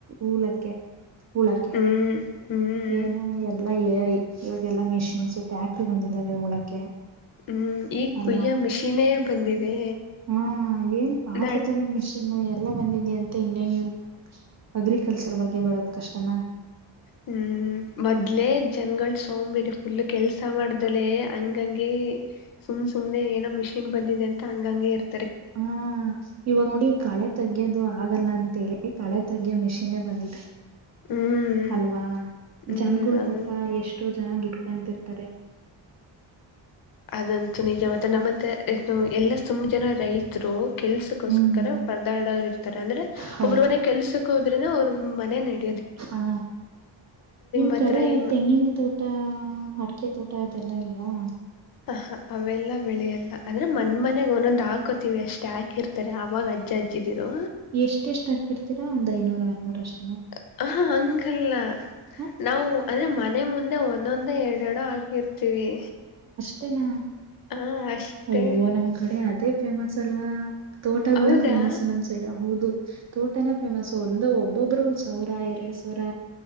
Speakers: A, on the right; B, on the left.
A: ಹಊಲಕ್ಕೆ <unintelligible> ಹಳಕ್ಕೆ
B: ಹ್ಮ್ ಹ್ಮ್
A: ಏನು ಎಲ್ಲಾ ಇವಾಗೆಲ್ಲಾ ಮೆಷಿನ್ಸ್ ಟ್ಯಾಕ್ ಬಂದಿದ್ದಾವೆ ಹುಳಕ್ಕೆ
B: ಹ್ಮ್ ಈಗ
A: ಅಲ್ವಾ
B: ಕುಯ್ಯೋ ಮಿಷಿನೇ ಬಂದಿದೆ
A: ಹಾ ಏನ್ ಪಾತ್ರ
B: ನಾನ್
A: ತಳನ <unintelligible> ಇನ್ನು ಎಲ್ಲ ಬಂದಿದ ಅಂತ ಇನ್ನೇ ನೀವು ಅಗ್ರಿಕಲ್ಚರ್ ಬಗ್ಗೆ ಬರೋದ್ ಕಷ್ಟನ
B: ಹ್ಮ್ ಮೊದ್ಲೆೇ ಜನ್ಗಳು ಸೋಂಬೇರಿ ಫುಲ್ ಕೆಲ್ಸ ಮಾಡ್ದ ಲೇ ಹಂಗಂಗಗೆ ಸುಮ್ ಸುಮ್ನೆ ಏನೋ ಮಿಷಿನ್ ಬಂದಿದೆ ಅಂತ ಹಂಗಂಗಗೆ ಇರ್ತ
A: ಹಾ ಇವಾಗ ನೋಡಿ ಕಳೆ ತೆಗ್ಯೋದು ಆಗಲ್ಲ ಅಂತೇಳಿ ಈ ಕಳೆ ತಗ್ಗೆ ಮೆಷೀನ್ <unintelligible> ಬಂದಿದೆ
B: ಹ್ಮ್
A: ಅಲ್ವಾ
B: ಹ್ಮ್
A: ಜನ್ಗಳು
B: ಅದನ್
A: ಪಾಪ ಎಷ್ಟೋ ಜನ ದುಡ್ಕಂತರ್ <unintelligible>
B: ಅದಂತೂ ನಿಜ ಮತ್ತ ನಮ್ಮಂತ ಇ <unintelligible> ಎಲ್ಲ ಸುಮ ಜನ ರೈತರು ಕೆಲ್ಸಕ್ಕೋಸ್ಕರ
A: ಹ್ಮ್
B: ಪರದಾಡೋರು ಇರ್ತಾರೆ ಅಂದ್ರೆ
A: ಹೌದು
B: ಒಬ್ರು ಮನೆ ಕೆಲ್ಸಕ್ ಹೋದ್ರೆನ ಅವ್ರ ಮನೆ ನೆ <unintelligible>
A: ಹಾ ನಿಮ್
B: ಮಾತ್ರ
A: ಕಡೆ
B: ಈ
A: ತೆಂಗಿನ ತೋಟ ಅಡಿಕೆ ತೋಟ ತೊಟ ಅದೆಲ್ಲ ಇಲ್ವಾ
B: ಆ ಅವೆಲ್ಲ ಬೆಳೆಯಲ್ಲ ಆದ್ರೆ ಮನ್ ಮನೆಗ ಒಂದೊಂದಂದು ಹಾಕೋತಿವಿ ಅಷ್ಟೆ ಹಾಕಿರ್ತಾರೆ ಆವಾಗ ಅಜ್ಜ ಅಜ್ಜಿ <unintelligible> <unintelligible> ಹಾಕ್ಕಿದ್ದಿರ
A: ಎಷ್ಟ ಎಷ್ಟು ಹಾಕಿರ್ತೀ ಒಂದ್ ಐನೂರ್ ಆರ್ನೂರ ಅಷ್ಟು
B: <unintelligible> ಹ ಹಂಗಲ್ಲ
A: ಹ
B: ನಾವು ಅಂದ್ರೆ ಮನೆ ಮುಂದೆ ಒಂದೊಂದ ಎರಡೆರಡು ಹಾಕಿರ್ತೀವಿ
A: <unintelligible> ತ್ತನ್ನ
B: ಹಾಂ ಅಷ್ಟೇ
A: ಅಯ್ಯೋ ನಮ್ ಕಡೆ ಅದೇ ಫೇಮಸ್ ಅಲ್ವಾ ತೋಟಗಳೇ
B: ಹೌದಾ
A: ಫೇಮಸ್ ನಮ್ ಸೈಡ್ ಹೌದು ತೋಟನ ಫೇಮಸ್ ಒಂದು ಒಬ್ಬೊಬ್ರು ಸಾವಿರ ಎರಡ್ ಸಾವಿರ